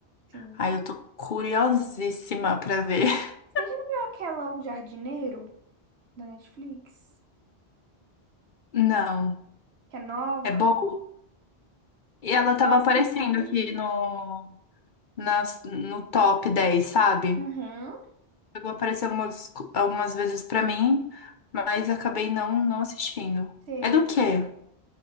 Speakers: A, on the right; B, on the left.
A: Sim.
B: Aí eu tô curiosíssima pra ver. <laughs>
A: Você já viu aquela O Jardineiro da Netflix?
B: Não,
A: Que é nova?
B: é boa. E ela
A: Eu só
B: tava
A: assisti.
B: aparecendo aqui no, nas, no top 10, sabe?
A: Uhum,
B: Chegou a aparecer algumas, algumas vezes pra mim, mas acabei não, não assistindo.
A: sei.
B: É do quê?